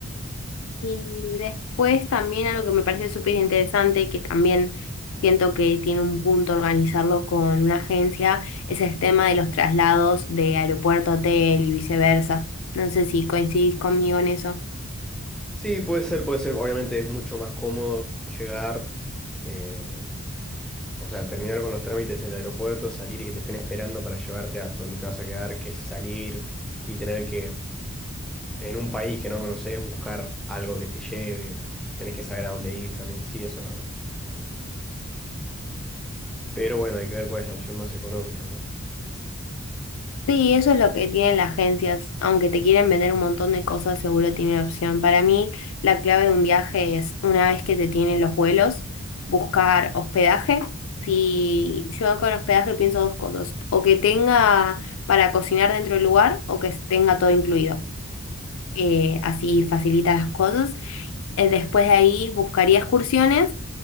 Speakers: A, on the left (about 65°); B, in the centre.
A: Y después también algo que me parece súper interesante, que también siento que tiene un punto organizarlo con una agencia, es el tema de los traslados de aeropuerto a hotel y viceversa. No sé si coincidís conmigo en eso.
B: Sí, puede ser, puede ser. Obviamente es mucho más cómodo llegar, eh, o sea, terminar con los trámites en el aeropuerto, salir y que te estén esperando para llevarte a donde te vas a quedar, que salir y tener que, en un país que no conoces, buscar algo que te lleve. Tenés que saber a dónde ir también. Sí, eso es verdad. Pero bueno, hay que ver cuál es la opción más económica, ¿no?
A: Sí, eso es lo que tienen las agencias. Aunque te quieren vender un montón de cosas, seguro tienen opción. Para mí, la clave de un viaje es, una vez que se tienen los vuelos, buscar hospedaje. Si yo con hospedaje pienso dos cosas, o que tenga para cocinar dentro del lugar o que tenga todo incluido. Eh, así facilita las cosas. Eh, después de ahí buscaría excursiones